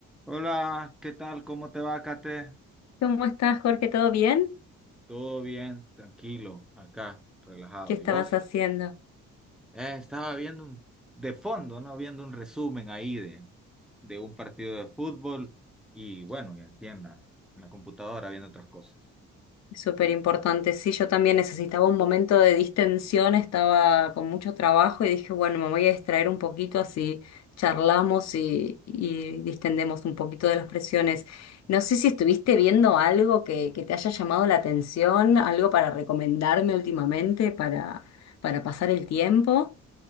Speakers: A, in the centre; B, on the left (about 60°).
A: Hola, ¿qué tal? ¿Cómo te va, Kate?
B: ¿Cómo estás, Jorge? ¿Todo bien?
A: Todo bien, tranquilo, acá, relajado.
B: ¿Qué estabas
A: ¿Y vos?
B: haciendo?
A: Eh, estaba viendo un- de fondo, ¿no? Viendo un resumen ahí de, de un partido de fútbol y bueno, y aquí en la, en la computadora viendo otras cosas.
B: Es súper
A: Y,
B: importante. Sí, yo también necesitaba un momento de distensión, estaba con mucho trabajo y dije, bueno, me voy a distraer un poquito, así charlamos y, y distendemos un poquito de las presiones. No sé si estuviste viendo algo que, que te haya llamado la atención, algo para recomendarme últimamente para, para pasar el tiempo.